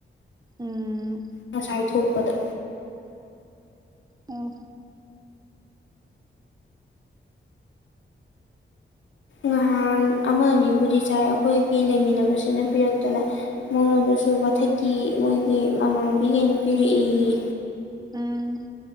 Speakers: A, on the right; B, on the left.
A: ꯎꯝ
B: ꯉꯁꯥꯏ ꯊꯣꯛꯄꯗ
A: ꯎꯝ
B: ꯅꯍꯥꯟ ꯑꯃ ꯑꯅꯤꯕꯨꯗꯤ ꯆꯥꯏ ꯑꯩꯈꯣꯏꯒꯤ ꯂꯩꯃꯤꯟꯅꯕꯁꯤꯅ ꯄꯤꯔꯛꯇꯅ ꯃꯉꯣꯟꯗ ꯁꯨ ꯃꯊꯛꯀꯤ ꯃꯣꯏꯒꯤ ꯃꯃꯥꯟꯅꯕꯤꯒꯅ ꯄꯤꯔꯛꯑꯦꯌꯦ
A: ꯎꯝ